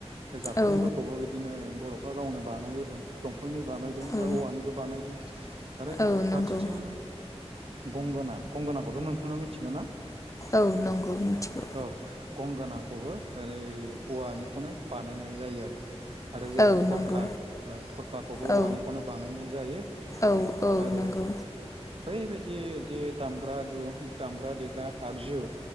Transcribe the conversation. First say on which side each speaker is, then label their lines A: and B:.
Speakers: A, on the right; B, on the left.
A: जाबख्रिंफोरखौबो
B: औ
A: इदिनो बर'फ्रा गावनो बानायबोदों दंफ फिफांनि बानायदों बा
B: औ
A: औवानिबोब बायदों आरो बे
B: औ नंगौ
A: फारसेथिं गंगोना गंगोनाखौथ' नोंथाङा मिथिगौ ना?
B: औ नंगौ मिथिगौ।
A: औ गंगोनाखौबो ओरै औवानिखौनो बानायनाय जायो आरो आरो जेरै
B: औ
A: थरखा
B: नंगौ
A: ओ थरखाखौबो
B: औ
A: औवानिखौनो बानायनाय ज जायो
B: औ औ
A: आरो
B: नंगौ
A: बै बायद दि जि दामग्रा दु दामग्रा देग्रा आगजु